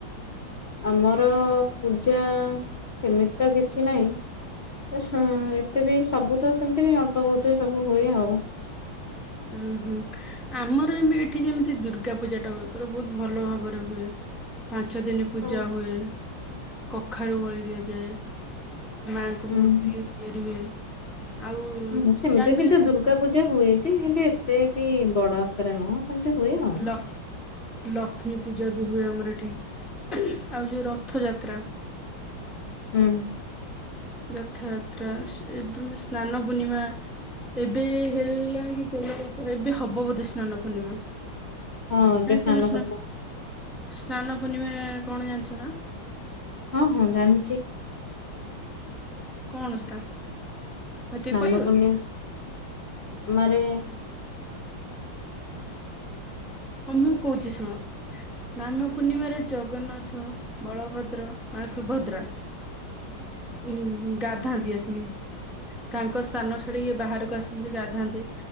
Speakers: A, on the left; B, in the centre.
A: ଆମର ପୂଜା ସେମିତି ତ କିଛି ନାହିଁ। ହ ଏତେ ବି ସବୁ ତ ସେମିତି ଅଳ୍ପ ବହୁତ ହୁଏ ସବୁ ହୁଏ ଆଉ
B: ଉୁଁ ହୁଁ ଆମର ଏବେ ଏଠି ଯେମିତି ଦୁର୍ଗା ପୂଜା ଟା ପୁରା ବହୁତ ଭଲ ଭାବରେ ହୁଏ ପାଞ୍ଚ ଦିନ ପୂଜା
A: ହଁ।
B: ହୁଏ କଖାରୁ ବଳି ଦିଆଯାଏ। ମାଙ୍କ
A: ହୁଁ
B: ମୂର୍ତ୍ତି ତିଆରି ହୁ ଆଉ
A: ହୁଁ
B: ଜାଣିଛୁ
A: ସେମିତି ବି ତ ଦୁର୍ଗା ପୂଜା ହୁଏ ଯେ ହେଲେ ଏତେ ବି ବଡ ଆକାରରେ ନୁହଁ ସେମିତି ହୁଏ ଆଉ।
B: ଲ ଲକ୍ଷ୍ମୀ ପୂଜା ବି ହୁଏ ଆମର ଏଠି ଆଉ ଯୋଉ ରଥ ଯାତ୍ରା
A: ହୁଁ।
B: ରଥଯାତ୍ରା ସ ଏବେ ସ୍ନାନ ପୂର୍ଣ୍ଣିମା। ଏବେ ହେଲା କି ଏବେ ହବ ବୋଧେ ସ୍ନାନ ପୂର୍ଣ୍ଣିମା।
A: ହଁ ଏବେ
B: ଜାଣିଛ
A: ସ୍ନାନ
B: ନା ସ୍ନା
A: ପୂର୍ଣ୍ଣିମା
B: ସ୍ନାନ ପୂର୍ଣ୍ଣିମା କଣ ଜାଣିଛ ନା?
A: ହଁ ହଁ ଜାଣିଛି।
B: କଣ ସେଟା? ମତେ ଟିକେ
A: ସ୍ନାନ
B: କହିବ
A: ପୂର୍ଣ୍ଣିମା
B: କି?
A: ମାରେ
B: ହଁ ମୁଁ କହୁଛି ଶୁଣ ସ୍ନାନ ପୂର୍ଣ୍ଣିମାରେ ଜଗନ୍ନାଥ ବଳଭଦ୍ର ମା ସୁଭଦ୍ରା ଉଁ ଗାଧାନ୍ତି ଆସିକି ତାଙ୍କ ସ୍ଥାନ ଛାଡିକି ବାହାରକୁ ଆସିନ୍ତି ଗାଧାନ୍ତି